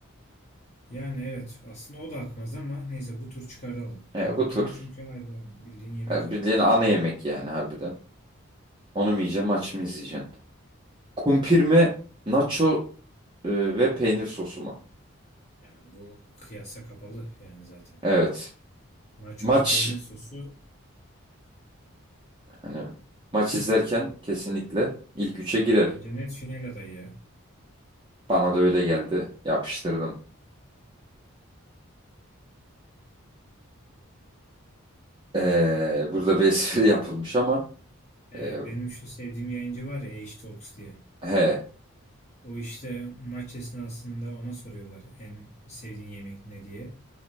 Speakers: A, on the left; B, on the right.
A: Yani evet aslında o da akmaz ama neyse bu tur çıkaralım.
B: E,
A: Tavuk
B: bu tür
A: dürüm çünkü ayrı bildiğin yemek
B: e,
A: yani.
B: bildiğin ana yemek yani harbiden. Onu mu yiyeceğim, maç mı izleyeceksin? Kumpir
A: Ayrıca.
B: mi, nacho e, ve peynir sosu mu?
A: Yani bu kıyasa kapalı yani zaten.
B: Evet.
A: Nacho
B: Maç
A: ve peynir sosu
B: hani maç izlerken kesinlikle ilk üçe girer.
A: bence net final adayı ya.
B: Bana da öyle geldi. Yapıştırdım. Ee, burada bir <laughs> espri yapılmış ama
A: Ee,
B: e,
A: benim şu sevdiğim yayıncı var ya H-Talks diye.
B: he
A: O işte maç esnasında ona soruyorlar en sevdiğin yemek ne diye.